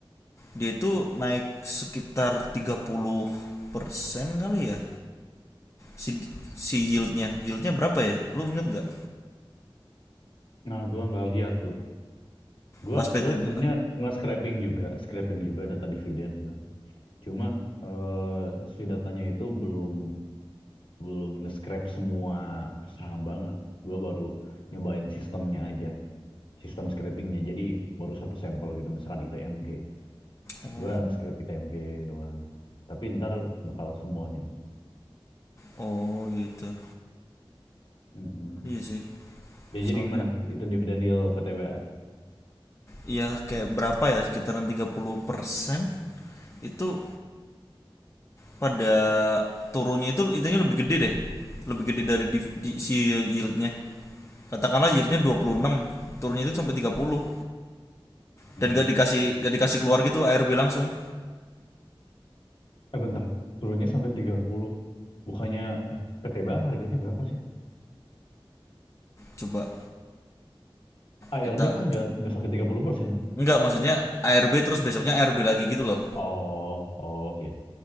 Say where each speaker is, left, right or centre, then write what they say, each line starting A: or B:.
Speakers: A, on the left; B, on the left.
A: dia itu naik sekitar tiga puluh persen kali ya si si yieldnya yieldnya berapa ya lu inget nggak
B: Nah, gue nggak lihat tuh. Gue
A: pas PTBA
B: gue sebenarnya nggak scraping juga, scraping juga data dividen gitu. Cuma eh, si datanya itu belum belum nge-scrap semua saham banget. Gue baru nyobain sistemnya aja, sistem scrapingnya. Jadi baru satu sampel gitu, misalkan ITMG.
A: oh
B: Gue scrap ITMG doang. Tapi ntar bakal semuanya sih.
A: oh gitu
B: Mm-mm.
A: iya sih
B: Ya, jadi
A: soalnya
B: gimana? Itu dividen yield PTBA.
A: ya kayak berapa ya sekitaran 30% itu pada turunnya itu intinya lebih gede deh lebih gede dari di, di- si yieldnya katakanlah yieldnya dua puluh enam turunnya itu sampai tiga puluh
B: Hmm.
A: dan gak dikasih gak dikasih keluar gitu ARB langsung
B: Eh bentar, turunnya sampai 30. Bukannya, eh PTBA harganya berapa sih?
A: coba
B: ARB
A: kita
B: kan nggak nggak sampai 30% lah.
A: enggak maksudnya ARB terus besoknya ARB lagi gitu loh
B: Oh, oh iya,